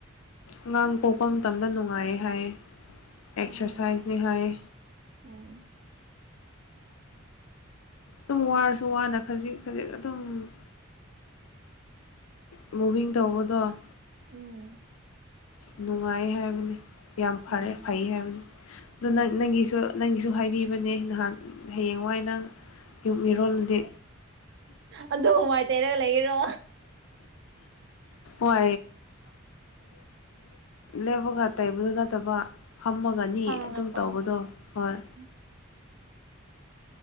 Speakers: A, on the right (about 60°); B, on the left (about 75°).
A: ꯑꯣ
B: ꯑꯉꯥꯡ ꯄꯣꯛꯄ ꯃꯇꯝꯗ ꯅꯨꯡꯉꯥꯏꯌꯦ ꯍꯥꯏꯌꯦ
A: ꯎꯝ
B: ꯑꯦꯛꯁꯔꯁꯥꯏꯁꯅꯤ ꯍꯥꯏꯌꯦ
A: <unintelligible>
B: ꯑꯗꯨꯝ ꯋꯥꯔꯁꯨ ꯋꯥꯅ ꯈꯖꯤꯛ ꯈꯖꯤꯛ ꯑꯗꯨꯝ ꯃꯨꯚꯤꯡ ꯇꯧꯕꯗꯣ
A: ꯎꯝ
B: ꯅꯨꯡꯉꯥꯏ ꯍꯥꯏꯕꯅꯤ ꯌꯥꯝ ꯐꯔꯦ
A: ꯎꯝ
B: ꯐꯩ ꯍꯥꯏꯕꯅꯤ ꯑꯗ
A: ꯎꯝ
B: ꯅꯪꯒꯤꯁꯨ ꯅꯪꯒꯤꯁꯨ ꯍꯥꯏꯕꯤꯕꯅꯦ ꯅꯍꯥꯟ ꯍꯌꯦꯡ ꯅꯋꯥꯏ ꯅꯪ ꯌꯣꯛ ꯃꯤꯔꯣꯜꯗꯤ
A: ꯑꯗꯣ ꯍ ꯋꯥꯏ ꯇꯩꯔꯒ ꯂꯩꯒꯔꯣ
B: ꯋꯥ ꯂꯦꯞꯄꯒ ꯇꯩꯕꯗꯨ ꯅꯠꯇꯕ ꯐꯝꯃ ꯐꯒꯅꯤ
A: ꯐꯝꯃꯒꯀꯣ
B: ꯑꯗꯨꯝ ꯇꯧꯕꯗꯣ ꯍꯣꯏ
A: <unintelligible>